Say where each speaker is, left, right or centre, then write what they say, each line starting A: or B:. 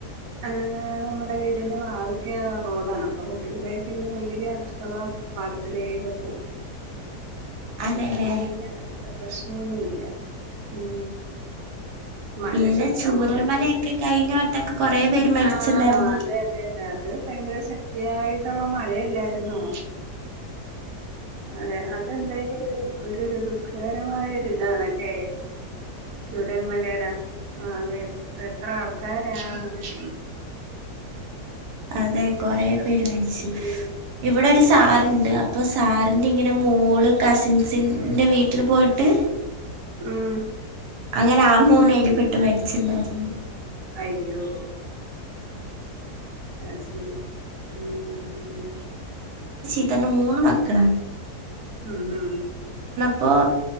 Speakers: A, on the right; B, on the right.
A: ആഹ നമ്മുടെ വീടിന്റെ വാതിക്കെ റോഡാണ് അപ്പൊ റോഡിൽ കൂടെ യൊക്കെ ഇങ്ങനെ ഒഴുകി അടുത്തോ ള്ള പാടത്തിലേക്കൊക്കെ പോകവും
B: അതെല്ലേ
A: കാരണം പിന്നേ പ്രശ്നൊന്നും ഇല്ല ഉം മഴ
B: പിന്നെ
A: ശക്തമായിട്ട്
B: ചൂരൽമലയൊക്കെ കഴിഞ്ഞ വട്ടൊക്കെ കൊറേ പേര് മരിച്ചിണ്ടായിരുന്നില്ലേ
A: ആഹ അതെ അതെ അതെ അത ഭയങ്കര ശക്തിയായിട്ടുള്ള മഴയില്ലായിരു ന്നോ അതെ അതെന്തായും ഒരു ഒരു ദുഃഖകരമായ ഇതാണല്ലേ ചുരന്മലയുടെ ആ അത എ എത്ര ആൾക്കാരാ മരിച്ചേ
B: അതെ കൊറെ
A: കഷ്ടം
B: പേര് മരിച്ചു
A: ഉം
B: ഇവിടെ ഒരു
A: അതെ
B: സാറ്
A: അതെ
B: ഇണ്ട് അപ്പൊ സാറിന്റെ ഇങ്ങനെ മോള് കസിൻസിന്റെ വീട്ടില് പോയിട്ട്
A: മ്മ്
B: അങ്ങനെ ആ മോന് അയില് പെട്ട് മരിച്ചിണ്ടായിരുന്നു
A: അയ്യോ ആ ശരി ഉം
B: സാറിന് മൂന്ന് മക്കളാ
A: ഉം ഉം
B: അപ്പോൾ